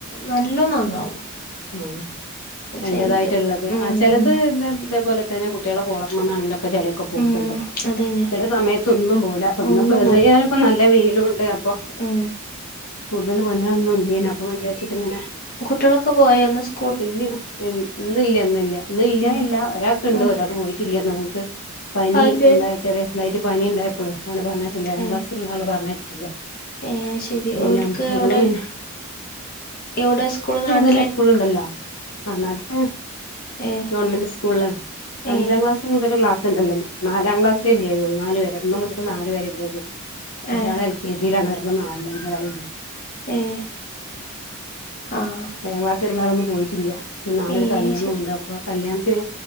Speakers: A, on the left; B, on the left.
A: നല്ലോ നന്നാവും
B: ആഹ് അതിന്റതായിട്ടുള്ളത്
A: ചെലത് ഉം
B: ആഹ് ചിലത്
A: ഉം
B: ഇത് ഇതേപോലെ തന്നെ കുട്ട്യാളെ കോളർമന്നാണ് ൻ്റൊക്ക ചെല ക്കെ പൂക്കുണ്ട്
A: ഉം അതന്നെ
B: ചില സമയത്തൊന്നും പോവുല അപ്പൊ ഇന്ന്
A: ഒന്നും
B: പ്പോ ഏതായാലും പ്പോ നല്ല വെയിലുണ്ട് അപ്പൊ
A: മ്
B: കൂടുതൽ പണികളൊന്നും ഇല്ലേന അപ്പം വിചാച്ചിട്ട ഇങ്ങനെ
A: കുട്ടികളൊക്കെ പോയ ഇന്ന് സ്
B: ഇല്ല ഇന്നില്ല ഇന്നില്ല ഇന്ന് ഇല്ലാകില്ല
A: ഉം
B: ഒരാൾക്ക്ണ്ട്
A: ഉം
B: ഒരാൾക്ക് പോയിട്ടില്ലന്ന് ഓൻക്ക് പനി
A: അതെ
B: എന്താ ചെറിയതായിട്ട് പനി ഇണ്ടായപ്പോള് ഒനെ പറഞ്ഞയച്ചില്ല എഴാം
A: ഏ
B: ക്ലാസ്സിലുള്ള ആള് പറഞ്ഞയച്ചിട്ടില്ല
A: ഏ അത് ശരി
B: പിന്നെ
A: ഓൽക്ക്
B: മോള്
A: എവിടെ
B: പിന്നെ
A: എവിടെ സ്കൂൾ നാട്ട
B: ചെലെ സ്കൂള്ണ്ടല്ലൊ ആ ന്നാട്ട്ത്തെ
A: ഏ
B: ഗവൺമെൻ്റ് സ്‌കൂൾല് അഞ്ചാം
A: ഏ
B: ക്ലാ ക്സ് മുതല് ക്ലാസ് ഉണ്ടല്ലോന്ന് നാലാം ക്ലാസേ ല്ലാകയോള്ളു നാല് വരെ ഒന്നും മുതൽ നാല് വരെ ഇല്ലാകയുള്ളു
A: ആ
B: ഒരാള് എൽ കെ ജിയിലാണ് ഒരാള് നാലാണ് ഒരാള് യു
A: ഏഹ് ആഹ്
B: ഏഴാം ക്ലാസിലുള്ള ആളൊന്നും പോയിട്ടില്ല നാളെ
A: ഏ
B: ഒരു കല്യാണുണ്ട്
A: അത് ശരി
B: അപ്പൊ ആ കല്യാണത്തിന്